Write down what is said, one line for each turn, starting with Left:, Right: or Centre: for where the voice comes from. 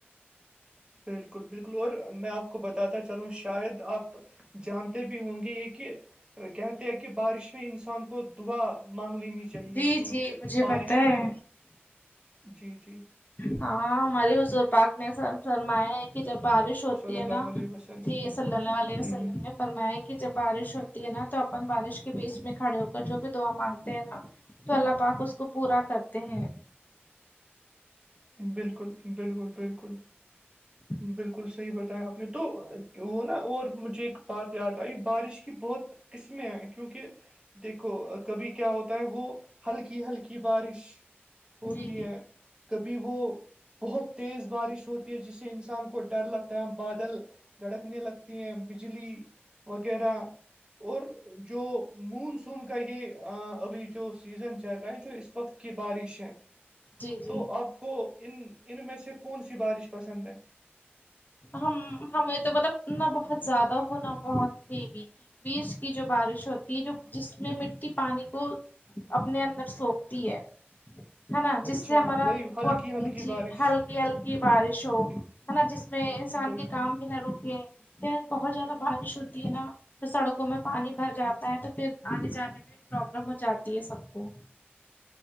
Right: بالکل بالکل اور میں آپ کو بتاتا چلوں شاید آپ جانتے بھی ہوں گے یہ کہ کہتے ہیں کہ بارش میں انسان کو دعا مانگ لینی چاہیے
Left: جی
Right: کیونکہ
Left: جی مجھے
Right: بارش
Left: پتہ
Right: میں
Left: ہے
Right: جی جی
Left: ہاں ہمارے حضور پاک نےرم فرماائے کہ جب بارش ہوتی
Right: صلی
Left: ہے
Right: اللہ
Left: نا
Right: علیہ وسلم
Left: جی صلی اللہ علیہ وسلم
Right: ہ
Left: نے فرم ہے کہ جب بارش ہوتی ہے نا تو اپن بارش کے بیچ میں کھڑے ہو کر جو بھی دعا مانگتے ہیں نا تو اللہ پاک اس کو پورا کرتے ہیں
Right: بالکل بالکل بالکل
Left: ج
Right: بالکل صحیح بتیا آپ نے تو وہ نا اور مجھے ایک بات یاد آئی بارش کی بہت قسمیں کیونکہ دیکھو کبھی کیا ہوتا ہے وہ ہلکی ہلکی بارش ہوتی
Left: جی
Right: ہے کبھی وہ بہت تیز بارش ہوتی ہے جس سے انسان کو ڈر لگتا ہے بادل گڑکنے لگتی ہیں بجلی وغیرہ اور جو مونسون کا یہ ابھی جو سیزن چل رہا ہے جو اس وقت کی بارش ہیں
Left: جی جی
Right: تو آپ کو ان ان میں سے کون سی بارش پسند ہے
Left: ہم ہمیں تو پب نہ بہت زیادہ ہونا بہت ت بھی بیش کی جو بارش ہوتی ہے جو جس میں مٹی پانی کو اپنے اندر سوپتی ہے ہے نا
Right: اچھا
Left: جس سے ہمارا
Right: وہی ہلکی ہلکی
Left: جی
Right: بارش
Left: ہلکی ہلکی بارش ہو ہے
Right: جی
Left: نا جس اس میں انسان
Right: بالکل
Left: کے کام بھی نہ رکے بہت زیادہ بارش ہوتی ہے نا تو سڑکوں میں پانی بھر جاتا ہے تو پھر آنے جانے میں پرابلم ہو جاتی ہے سب کو